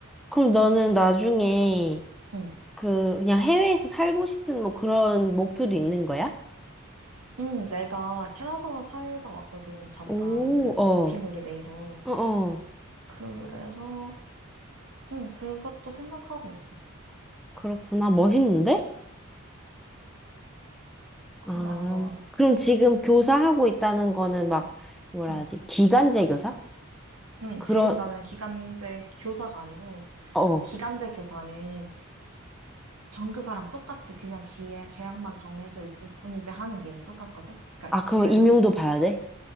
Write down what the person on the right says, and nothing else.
응.
응, 내가 캐나다 살다 왔거든. 잠깐
그
워킹 홀리데이로.
그래서 응, 그것도 생각하고 있어.
고마워.
응.
응,
지금 나는 기간제 교사가 아니고,
그러니까 기간제 교사는 전교사랑 똑같아. 그냥 기회, 계약만 정해져 있을 뿐이지 하는 일은 똑같거든. 그러니까
교육,